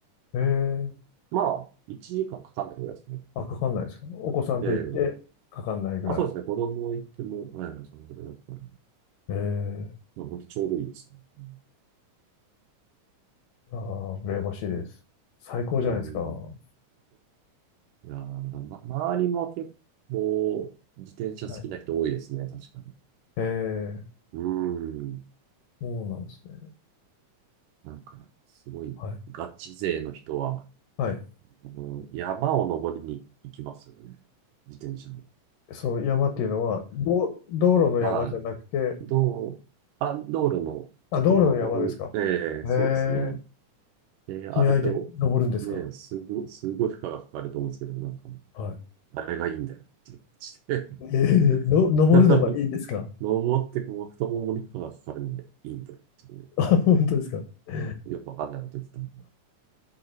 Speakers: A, on the left; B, on the right.
A: ええ、
B: まあ、1時間かんかかんないぐらいですね。
A: あ、かかんないですかお子さんと行って、
B: ええ
A: かかんないぐらい。
B: あ、そうですね。子供行っても、うん、そのぐらいだったら、
A: ええ、
B: まあ、本当ちょうどいいですね。
A: ああ、羨ましいです。最高じゃないですか。
B: うん。
A: は
B: いやー、ま、周りも結構自転車好きな人多いですね、
A: い。
B: 確かに。
A: ええ、
B: うーん。
A: そうなんですね。
B: なんか、すごい、
A: はい。
B: ガチ勢の人は、
A: はい。
B: あの山を登りに行きますよね。自転車の。
A: その山っていうのは、ど、道路の山じゃなくて、
B: はい。道、あ、道路の、
A: あ、
B: ちょっと登る、
A: 道路の山ですか。
B: ええそうですね。
A: ええ、
B: えーあれを、
A: 気合で登るんですか。
B: ね、すご、すごい負荷がかかると思うんですけど、なんか、
A: はい。
B: あれがいいんだよっていう感じで
A: ええの、登るのがいいんですか
B: <laughs> 登って、こう、太ももに負荷がかかるのがいいんだよっていう
A: あ、<laughs> 本当ですか <laughs>
B: よくわかんないこと言ってたもん。